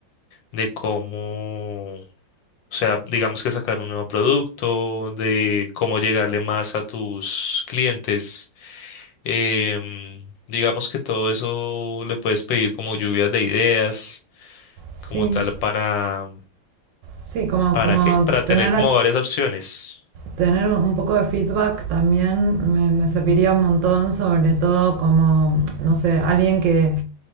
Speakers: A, on the left (about 70°); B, on the right (about 75°).
A: de cómo, o sea, digamos que sacar un nuevo producto, de cómo llegarle más a tus clientes. Em, digamos que todo eso le puedes pedir como lluvias de ideas,
B: sí,
A: como tal, para,
B: sí, como,
A: ¿para
B: como
A: qué? Para tener
B: tener
A: como varias opciones.
B: tener un poco de feedback también me, me serviría un montón, sobre todo como, no sé, alguien que,